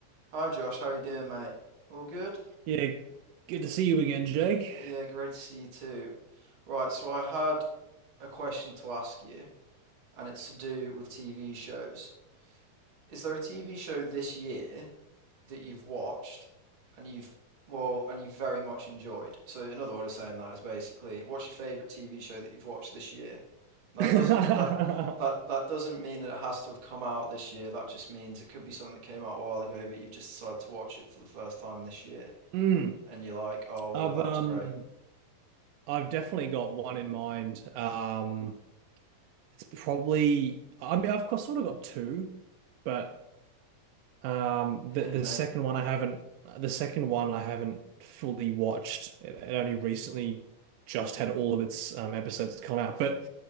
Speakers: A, on the right (about 35°); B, on the right (about 75°).
A: Hi Josh, how you doing, mate? All good?
B: Yeah, good to see you again, Jake.
A: Yeah, great to see you too. Right, so I had a question to ask you, and it's to do with TV shows. Is there a TV show this year that you've watched and you've well, and you've very much enjoyed? So another way of saying that is basically, what's your favorite TV show that you've watched this year? That
B: <laughs>
A: doesn't that that that doesn't mean that it has to have come out this year. That just means it could be something that came out a while ago, but you've just decided to watch it for the first time this year.
B: Mm,
A: and you're like, oh well,
B: I've
A: that
B: um
A: was great.
B: I've definitely got one in mind. Um it's probably I mean I've sort of got two, but um the
A: Hit
B: the
A: me.
B: second one I haven't the second one I haven't fully watched. It, it only recently just had all of its um episodes come out. But